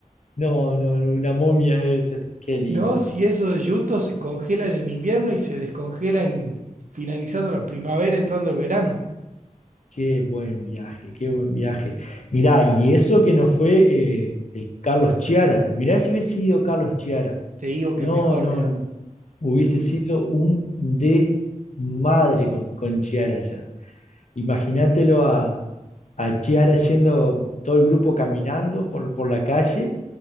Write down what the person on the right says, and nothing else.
No, si
esos yutos se congelan en invierno y se descongelan finalizando la primavera, entrando el verano.
Te digo que
mejor,
mira.